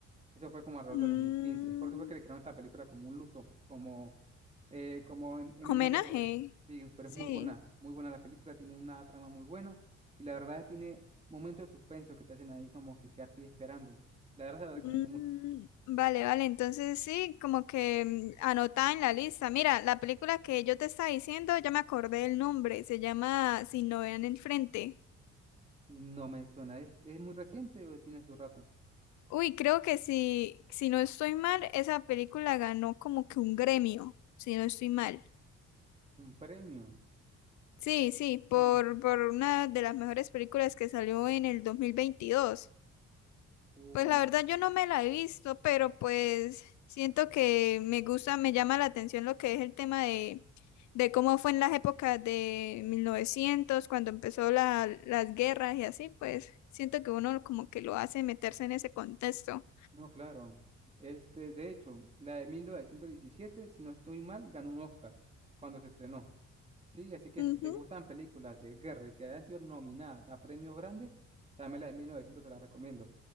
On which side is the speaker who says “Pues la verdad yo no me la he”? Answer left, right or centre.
Left